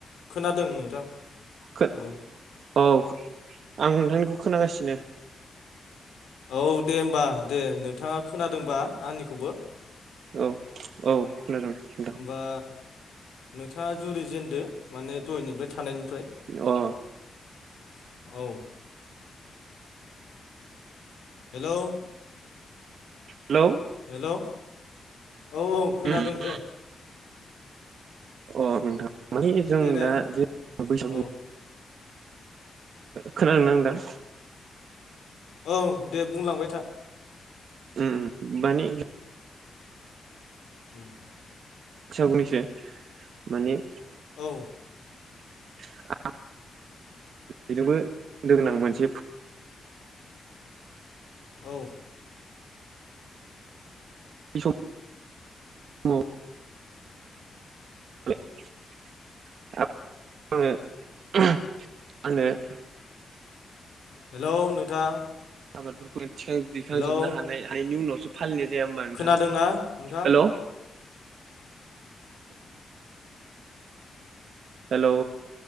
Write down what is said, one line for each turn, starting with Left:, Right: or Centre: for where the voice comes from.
Left: खोनादों नोंथां
Right: खो
Left: औ
Right: औ आं नोंथांनिखौ खोनागासिनो
Left: औ दे होमबा दे नोंथाङा खोनादोंबा आंनिखौबो
Right: औ औ खोनादों नोंथां
Left: होमबा नोंथाङा जुरि जेनदो माने दहनिफ्राय थानायनि ओमफ्राय
Right: अ
Left: औ हेल'
Right: हेलौ
Left: हेल' औ औ खोनादों
Right: अ
Left: दे
Right: अ नोंथां मानानि जों
Left: देनाय
Right: दा ज बैसागु
Left: औ
Right: खोनादों नांदां
Left: औ दे बुंलांबाय था
Right: उ मानि
Left: उ
Right: फसा बुंंनैसो माने
Left: औ
Right: <unintelligible> <inaudible> बेजोंबो द गोनां मोनसे
Left: औ
Right: बे सम औ <unintelligible> <inaudible> मानो
Left: हेल' नोंथां
Right: आबादफोरखौखां दिखांजोबनो
Left: हेलौ
Right: हानाय हानायनि उनावसो फालिनाय जाया होमबा नोंथां
Left: खोनादोंना नोंथां
Right: हेल' हेलौ